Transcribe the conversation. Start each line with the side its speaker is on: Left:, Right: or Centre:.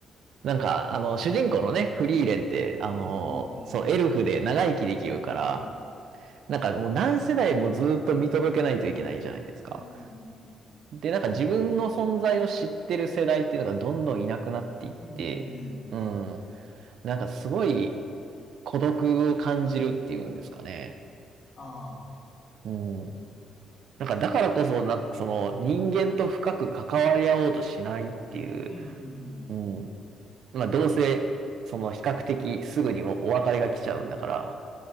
Right: なんか、あの、主人公のね、フリーレンって、
Left: うんう
Right: あの、そう、エルフで長生きできるから、
Left: んうん
Right: なんかもう何世代もずっと見届けないといけないじゃないですか。
Left: うん。ん、うん、うん、うん、
Right: で、なんか自分の存在を知ってる世代っていうのがどんどんいなくなっていって、
Left: うん、うん、うん、うん、うん、
Right: うん、なんかすごい孤独を感じるっていうんですかね。
Left: ああ、
Right: うん。なんかだからこそ、なんかその人間と深く関わり合おうとしないっていう、
Left: うん、
Right: うん。まあどうせ、その比較的すぐにお別れが来ちゃうんだから、